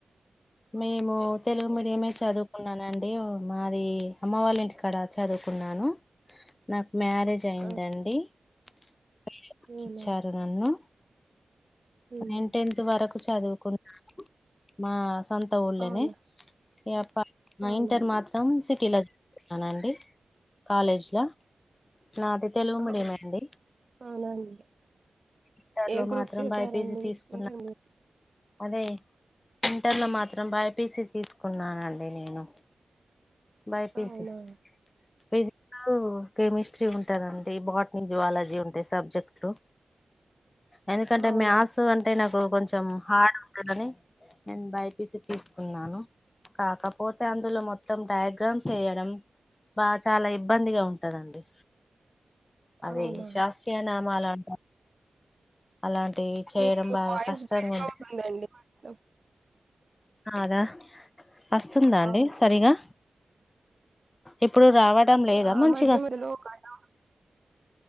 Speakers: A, on the left; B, on the right.
A: మేము తెలుగు మీడియం ఎ చదువుకున్నానండి మాది అమ్మ వాళ్ళ ఇంటికాడ చదువుకున్నాను నాకు మె మ్యారేజ్ అయిందండి
B: ఆ
A: <unintelligible>
B: అవునా
A: ఇచ్చారు నన్ను
B: ఉమ్,
A: నేన్ టెన్త్ వరకు చదువుకున్నాను మా సొంత ఉళ్ళనే
B: అవునా
A: ఎ ప మ
B: అవునా
A: ఇంటర్ మాత్రం సి కిల్లర్ ఆనండి కాలేజ్ లో నాది తెలుగు
B: అవునా
A: మీడియమే అండి
B: అవునండి
A: ఇంటర్
B: ఏ
A: లో
B: గ్రూప్
A: మాత్రం
B: చేసారండి
A: బైపీసీ తీసుకున్నా
B: ఇంటర్ మీడియట్
A: అదే ఇంటర్లో మాత్రం బైపీసీ తీసుకున్నానండి నేను బైపీసీ
B: అవునా
A: ఫిజిక్స్ లో కెమిస్ట్రీ ఉంటాందండి బాటనీ జువాలజీ ఉంటాయి సబ్జెక్ట్లు ఎందుకంటే
B: అవునా
A: మ్యాత్స్ అంటే నాకు కొంచెం హార్డ్ ఉంటదాని నేన్ బైపీసీ తీసుకున్నాను కాకపోతే అందులో మొత్తం డయాగ్రామ్స్ వేయడం బా చాలా ఇబ్బందిగా ఉంటదండి అదే
B: అవునా
A: శాస్త్రీయ నామాలంట అలాంటివి చేయడం
B: మీ
A: బాగా
B: వాయిస్
A: కష్టంగా
B: బ్రేక్
A: ఉండ
B: అవుతుందండి కొంచెం
A: అదా వస్తుందా అండి
B: అవును
A: సరిగా ఇప్పుడు రావడం లేదా
B: ఆ
A: మంచిగా
B: మధ్య మధ్యలో కట్ అవు